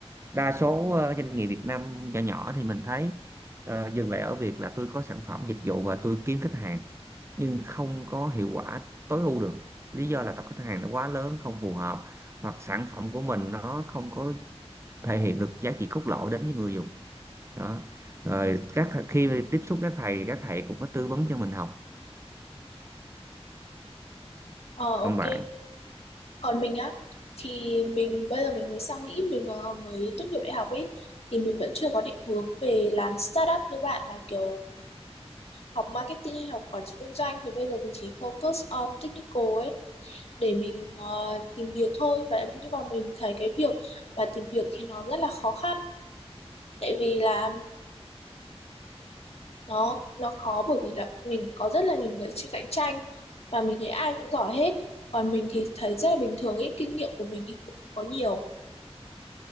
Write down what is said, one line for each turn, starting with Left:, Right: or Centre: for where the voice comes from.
Right: đa số ờ, doanh nghiệp Việt Nam nhỏ nhỏ thì mình thấy ờ, dừng lại ở việc là tôi có sản phẩm dịch vụ và tôi kiếm khách hàng nhưng không có hiệu quả tối ưu được lý do là tập khách hàng nó quá lớn không phù hợp hoặc sản phẩm của mình nó không có thể hiện được giá trị cốt lõi đến với người dùng đó rồi các th- khi tiếp xúc các thầy thì các thầy cũng có tư vấn cho mình học
Left: ờ ok.
Right: còn bạn
Left: Còn mình á, thì mình bây giờ mình mới sang Mỹ, mình ờ, mới tốt nghiệp đại học ấy, thì mình vẫn chưa có định hướng về làm startup như bạn là kiểu học marketing hay học quản trị kinh doanh thì bây giờ mình chỉ focus on technical ấy để mình ờ, tìm việc thôi. Và nhưng mà mình thấy cái việc và tìm việc thì nó rất là khó khăn, tại vì là nó nó khó bởi vì là mình có rất là nhiều người chỉ cạnh tranh và mình thấy ai cũng giỏi hết. Còn mình thì thấy rất là bình thường ấy, kinh nghiệm của mình thì cũng có nhiều.